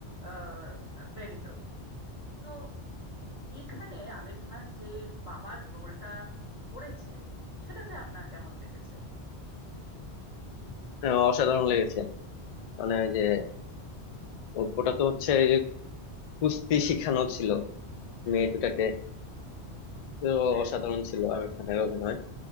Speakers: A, on the left; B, on the left.
A: আহ, প্রেরিত তো এইখানে আমির খান যে বাবার রোলটা করেছেন সেটাতে আপনার কেমন লেগেছে
B: হ্যাঁ, অসাধারণ লেগেছে মানে ওই যে ও- ওটা তো হচ্ছে যে কুস্তি শিখানো ছিল
A: হুম
B: মেয়ে দুটাকে
A: হুম
B: তো
A: হ্যাঁ
B: অসাধারণ ছিল আমির খানের অভিনয়